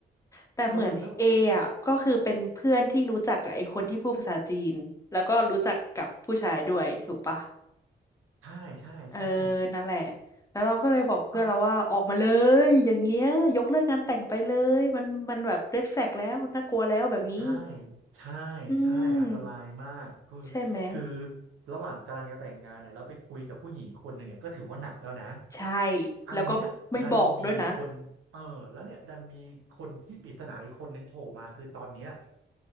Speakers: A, on the left; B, on the right.
A: แต่เหมือนเออ่ะก็คือเป็นเพื่อนที่รู้จักกับไอ้คนที่พูดภาษาจีนแล้วก็รู้จักกับผู้ชายด้วยถูกปะ
B: เออแล้วใช่ใช่ใช่
A: เออนั่นแหละแล้วเราก็เลยบอกเพื่อนเราว่าออกมาเลยอย่างเงี้ยยกเลิกงานแต่งไปเลยมันมันแบบเรดแฟลกแล้วน่ากลัวแล้วแบบนี้
B: เอ้า ใช่ใช่
A: อื
B: ใช่อันตรายมาก
A: ม
B: คือ
A: ใช่ไหม
B: คือระหว่างกำลังจะแต่งงานเนี่ยแล้วไปคุยกับผู้หญิงคนหนึ่งเนี่ยก็ถือว่าหนักแล้วนะ
A: ใช่
B: อันเนี้ยดันมีคนเออแล้วเนี่ยดันมีคนที่ปริศนาอีกคนหนึ่งโผล่มาคือตอนเนี้ย
A: แล้วก็ไม่บอกด้วยนะ